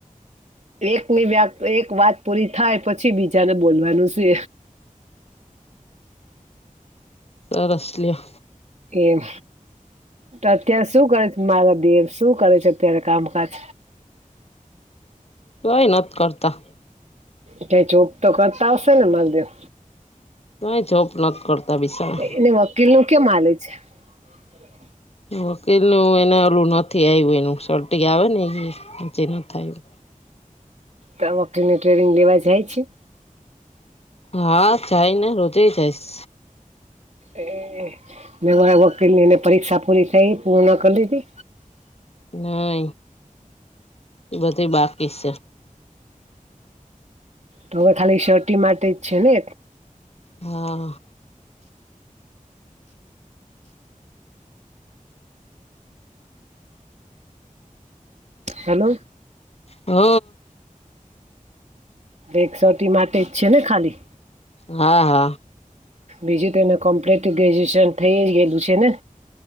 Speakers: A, on the right (about 55°); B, on the left (about 45°).
A: એકની વાત એક વાત પૂરી થાય પછી બીજાને બોલવાનું સે
B: સરસ લ્યો
A: એમ તો અત્યારે શું કરે છે મારા દેવ શું કરે છે ત્યારે કામકાજ
B: તોએ નથ કરતા
A: ક્યાંય જોબ તો કરતા આવશે ને માલદેવ
B: કાઇ જોબ નથ કરતા બિચારા
A: એને વકીલ નું કેમ હાલે છે <inaudible>
B: વકીલ નુ એને ઓલું નથી આયવુ એનું સર્ટી આવે ને એ હજી નથ આયુ
A: ત્યા વકીલ ની ટ્રેનિંગ લેવા જાય છે.
B: હા જાયને રોજેય જાય
A: એ વકીલની એને પરીક્ષા પૂરી થઈ પૂર્ણ કર લીધી
B: ના એ બધું બાકી છે.
A: તો હવે ખાલી સર્ટી માટે જ છે ને
B: હા
A: હલો
B: હઅ
A: એક સર્ટી માટે જ છે ને ખાલી
B: હા હા
A: બીજું તો એને કમ્પ્લીટ ગ્રેજ્યુએશન થઈ જ ગયેલું છે ને